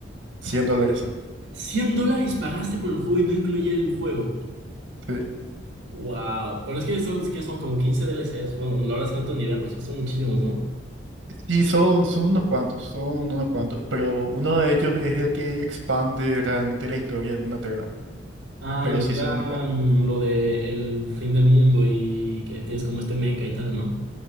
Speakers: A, on the right (about 75°); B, on the right (about 60°).
A: ¿Cien dólares.
B: 100 dólares pagaste por el juego y no incluía el juego.
A: Sí,
B: Wow. Pero es que son, es que son como 15 DLCs. Bueno, la verdad es que no tengo ni idea, pero sé que son muchísimos, ¿no?
A: Sí, son, son unos cuantos, son unos cuantos, pero uno de ellos es el que expande realmente la historia de Doom Eternal.
B: Ah,
A: Pero
B: lo
A: sí
B: que era
A: son unos cuantos.
B: mm, lo de el fin del mundo y que tienes como este mecha y tal, ¿no?